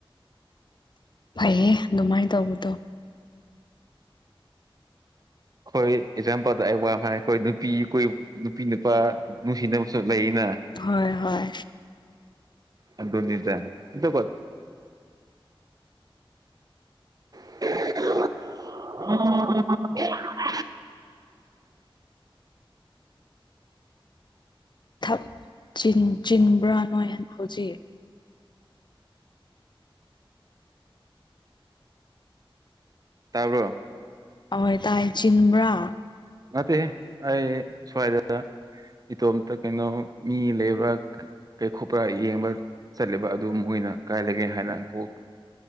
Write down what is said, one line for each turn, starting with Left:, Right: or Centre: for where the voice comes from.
Left: ꯐꯩꯌꯦꯦ ꯑꯗꯨꯃꯥꯏꯅ ꯇꯧꯕꯗꯣ
Right: ꯑꯩꯈꯣꯏ ꯑꯦꯛꯖꯥꯝꯄꯜꯗ ꯑꯩ ꯋꯥ ꯍꯥꯏꯔꯦ ꯑꯩꯈꯣꯏ ꯅꯨꯄꯤ ꯅꯨꯄꯤ ꯅꯨꯄꯥ ꯅꯨꯡꯁꯤꯅꯕꯁꯨ ꯂꯩꯅ
Left: ꯍꯣꯏ ꯍꯣꯏ
Right: ꯑ ꯑꯗꯨꯗꯤ ꯇ ꯑꯗ ꯀ ꯎꯝ <unintelligible> ꯎꯝ ꯎꯝ
Left: ꯊꯛ ꯆꯤꯟꯕ꯭ꯔꯥ ꯅꯣꯏ ꯍꯧꯖꯤꯛ
Right: ꯇꯥꯕꯔ
Left: ꯑꯣꯏ ꯇꯥꯏ ꯆꯤꯟꯕ꯭ꯔꯥ
Right: ꯅꯠꯇꯦ ꯑꯩ ꯁ꯭ꯋꯥꯏꯗ ꯏꯇꯣꯝꯇ ꯀꯩꯅꯣ ꯃꯤ ꯂꯩꯕ꯭ꯔꯥ ꯀꯩꯈꯄ ꯌꯦꯡꯕ ꯆꯠꯂꯤꯕ ꯑꯗꯨ ꯃꯣꯏꯅ ꯀꯥꯏꯂꯒꯦ ꯍꯥꯏꯅ ꯀꯣꯛ